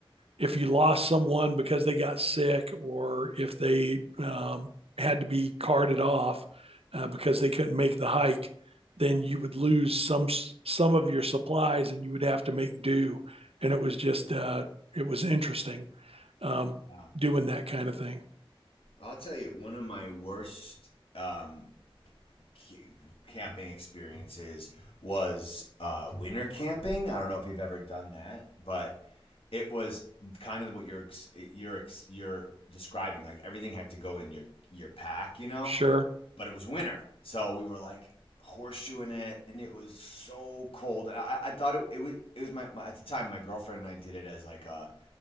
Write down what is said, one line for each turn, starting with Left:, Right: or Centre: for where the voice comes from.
Right: if you lost someone because they got sick or if they um, had to be carted off uh, because they couldn't make the hike, then you would lose some some of your supplies and you would have to make do. And it was just uh, it was interesting um,
Left: wow.
Right: doing that kind of thing.
Left: I'll tell you, one of my worst um, c- camping experiences was uh, winter camping. I don't know if you've ever done that, but it was kind of what you're ex- you're ex- you're describing. Like everything had to go in your your pack, you know.
Right: Sure,
Left: but it was winter, so we were like horseshoeing it, and it was so cold. I, I thought it, it was it was my, my at the time my girlfriend and I did it as like a